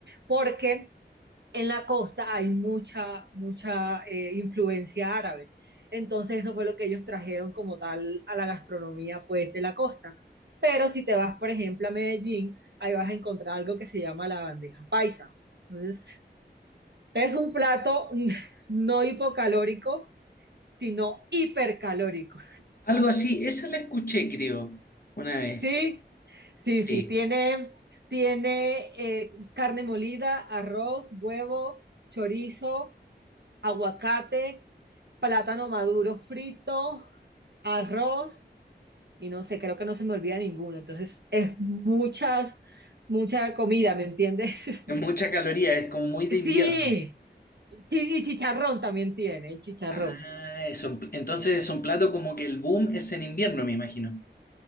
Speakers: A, on the right; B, on the left.
A: porque en la costa hay mucha, mucha eh, influencia árabe. Entonces, eso fue lo que ellos trajeron como tal a la gastronomía, pues, de la costa. Pero si te vas, por ejemplo, a Medellín, ahí vas a encontrar algo que se llama la bandeja paisa. Entonces, es un plato <laughs> no hipocalórico, sino hipercalórico.
B: Algo así, eso la escuché, creo, una vez.
A: Sí,
B: Sí,
A: sí, sí, tiene, tiene eh, carne molida, arroz, huevo, chorizo, aguacate, plátano maduro frito, arroz y no sé, creo que no se me olvida ninguno. Entonces, es muchas, mucha comida, ¿me entiendes? <laughs>
B: es mucha caloría, es como muy de invierno.
A: Sí, sí, y chicharrón también tiene, chicharrón.
B: Ah, es un- entonces es un plato como que el boom es en invierno, me imagino.